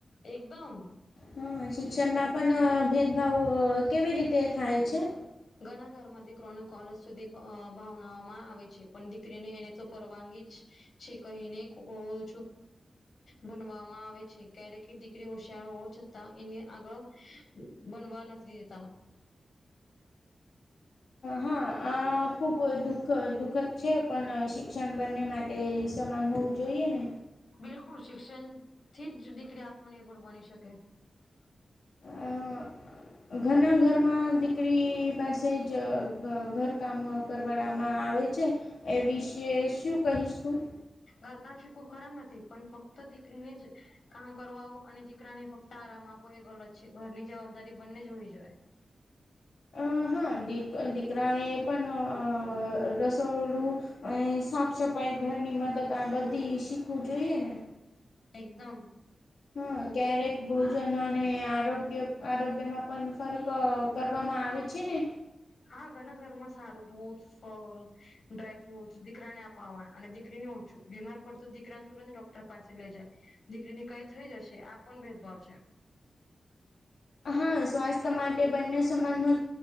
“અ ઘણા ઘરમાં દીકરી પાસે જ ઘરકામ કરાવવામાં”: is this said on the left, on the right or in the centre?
Left